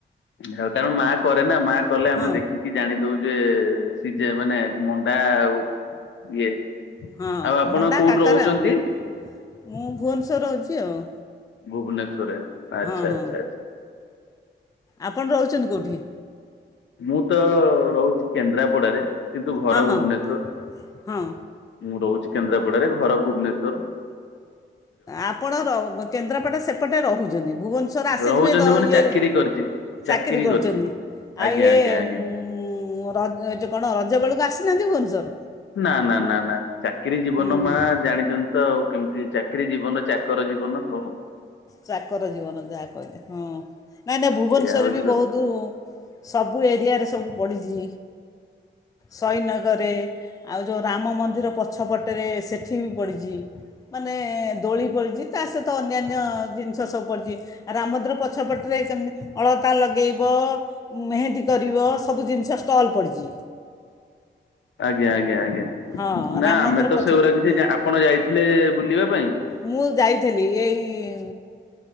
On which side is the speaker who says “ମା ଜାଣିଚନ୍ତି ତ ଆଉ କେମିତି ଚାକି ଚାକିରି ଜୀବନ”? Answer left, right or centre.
Left